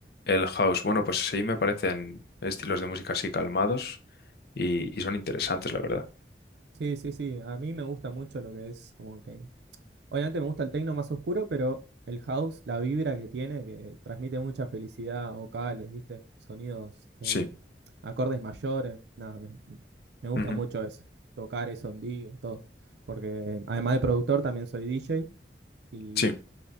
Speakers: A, on the left; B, on the right.
A: el house. Bueno, pues sí, me parecen estilos de música así calmados y, y son interesantes, la verdad.
B: Sí, sí, sí. A mí me gusta mucho lo que es como que. Obviamente me gusta el techno más oscuro, pero el house, la vibra que tiene, que transmite mucha felicidad, vocales, ¿viste? Sonidos, eh,
A: Sí,
B: acordes mayores. Nada, me, me gusta
A: ujú,
B: mucho eso. Tocar eso en vivo, todo. Porque además de productor, también soy DJ y
A: sí.